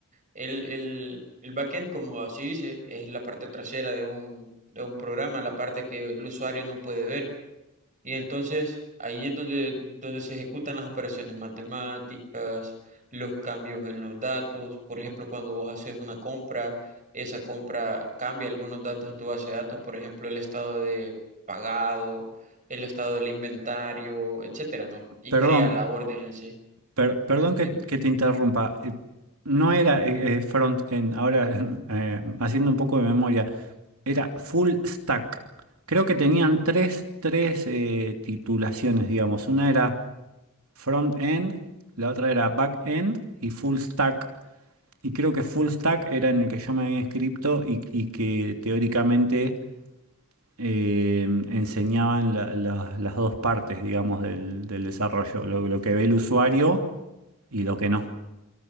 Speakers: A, on the right; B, on the right.
A: El, el, el backend, como así dice, es la parte trasera de un, de un programa, la parte que el usuario no puede ver. Y entonces ahí es donde, donde se ejecutan las operaciones matemáticas, los cambios en los datos. Por ejemplo, cuando vos haces una compra, esa compra cambia algunos datos en tu base de datos, por ejemplo, el estado de pagado, el estado del inventario, etcétera, ¿no? Y
B: Perdón,
A: crea la orden en sí.
B: Per- perdón
A: Ujú,
B: que,
A: dime.
B: que te interrumpa. eh, No era eh, eh, front-end, ahora <laughs> eh, haciendo un poco de memoria, era full stack. Creo que tenían tres, tres eh, titulaciones, digamos. Una era front-end, la otra era back-end y full stack. Y creo que full stack era en el que yo me había inscrito y, y que teóricamente eh, enseñaban la- la- las dos partes, digamos, del, del desarrollo, lo lo que ve el usuario y lo que no.